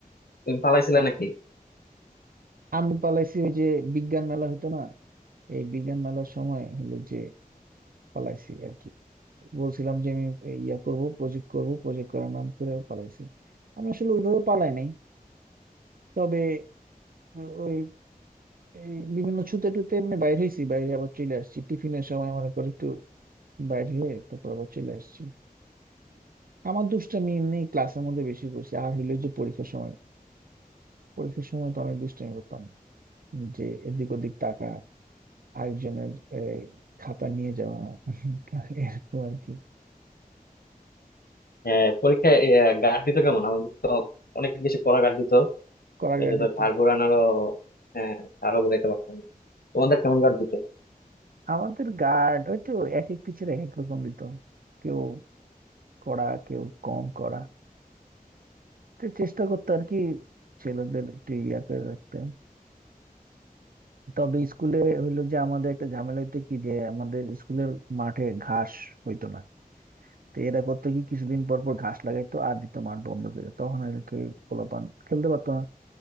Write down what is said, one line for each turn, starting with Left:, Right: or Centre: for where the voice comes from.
Left: তুমি পালাইছিলে নাকি
Right: আমি পালাইছি ওই যে বিজ্ঞান মেলা হইতো না এই বিজ্ঞান মেলার সময় হলো যে পালাইছি আর কি। বলছিলাম যে আমি এই ইয়া করব প্রজেক্ট করব প্রজেক্ট করার নাম করে পালাইছি আমি আসলে ওইভাবে পালাই নাই তবে ওই এই বিভিন্ন ছুতে টুতে এমনি বাইরে হয়েছি বাইরে আবার চলে আসছি টিফিনের সময় মনে করে একটু বাইরে হয়ে তারপর আবার চলে আসছি আমার দুষ্টামি এমনি ক্লাসের মধ্যে বেশি করছি আর হইলো যে পরীক্ষার সময় পরীক্ষার সময় তো অনেক দুষ্টামি করতাম যে এদিক ওদিক টাকা আরেকজনের এই, খাতা নিয়ে যাওয়া এরকম আর কি
Left: হ্যাঁ পরীক্ষায় গার্ড দিত কেমন আমাদের তো অনেক বেশি পড়া গার্ড দিত
Right: করাঘাট
Left: এটা
Right: দিত
Left: তো ঘাড় ঘোরানোরও হ্যাঁ আরো বোঝাইতে পারতাম তোমাদের কেমন কার দিত
Right: আমাদের গার্ড ওই তো এক এক টিচার এক এক রকম দিত কেউ কড়া কেউ কম করা তো চেষ্টা করতো আর কি ছেলেদের একটু ইয়া করে রাখতে তবে স্কুলে হইলো যে আমাদের একটা ঝামেলা হইতো কি যে আমাদের স্কুলের মাঠে ঘাস হইতো না তো এরা করতো কি কিছুদিন পর পর ঘাস লাগাইতো আর দিত মাঠ বন্ধ করে তখন আর কি পোলাপান খেলতে পারতো না